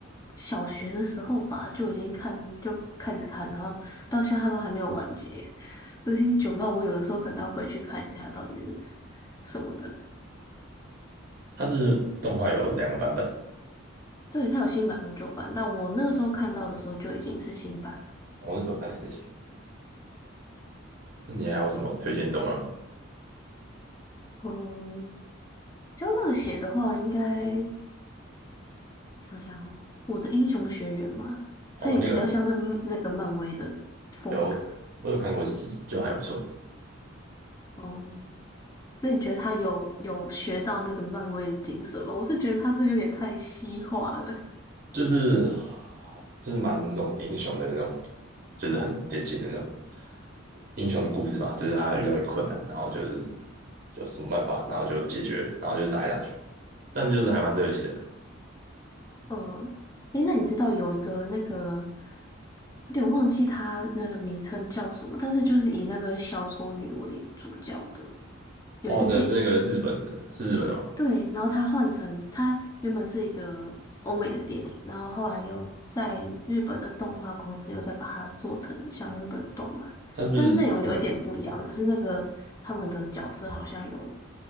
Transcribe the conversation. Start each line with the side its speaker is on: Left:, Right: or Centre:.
Left: 小学的时候吧就已经看，就开始看，然后到现在它都还没有完结，就已经久到我有的时候可能要回去看一下到底是什么的。
Right: 它是动画有两个版本啊，
Left: 对，它有新版跟旧版，但我那个时候看到的时候就已经是新版。
Right: 我那时候看的也是新的。那你还有什么推荐动漫吗？
Left: 嗯，比较热血的话，应该想想哦我的英雄学员嘛，
Right: 哦，
Left: 它也比较像是那个漫威的风格。
Right: 那个有，我有看过几集，就还不错，
Left: 哦、那你觉得他有有学到那个漫威的精神吗？我是觉得他这有点太西化了。
Right: 就是就是蛮那种英雄的那种，就是很典型的那种英雄的故事吧，就是他遇到一个困难，然后就是有什么办法，然后就解决，然后就是打来打去。但是就是还蛮热血的。
Left: 嗯，诶，那你知道有一个那个，有点忘记他那个名称叫什么，但是就是以那个小丑女为主角的，有一个电影，
Right: 哦，那那个日本的是日本的吗？
Left: 对，然后他换成他原本是一个欧美的电影，然后后来又在日本的动画公司又再把它做成像日本的动漫，
Right: 他是不是嗯，
Left: 但是内容有一点不一样，只是那个他们的角色好像有